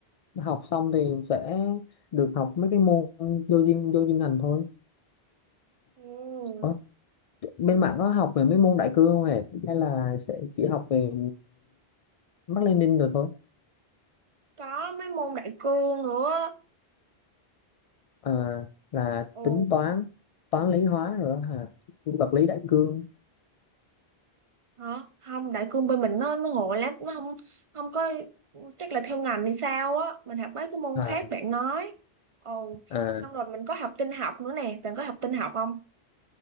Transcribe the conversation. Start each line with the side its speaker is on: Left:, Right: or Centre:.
Left: học xong thì sẽ được học mấy cái môn vô duyên vô duyên ngành thôi
Right: ừ,
Left: Ủa, bên bạn có học về mấy môn đại cương không hề hay là sẽ chỉ học về Mác Lênin rồi thôi
Right: có mấy môn đại cương nữa
Left: à, là
Right: ừ.
Left: tính toán toán lý hóa rồi đó hả vật lý đại cương
Right: Hả? Không, đại cương bên mình nó nó ngộ lắm, nó không không có chắc là theo ngành hay sao á, mình học mấy cái môn
Left: à,
Right: khác bạn nói. Ồ,
Left: à,
Right: xong rồi mình có học tin học nữa nè, bạn có học tin học không?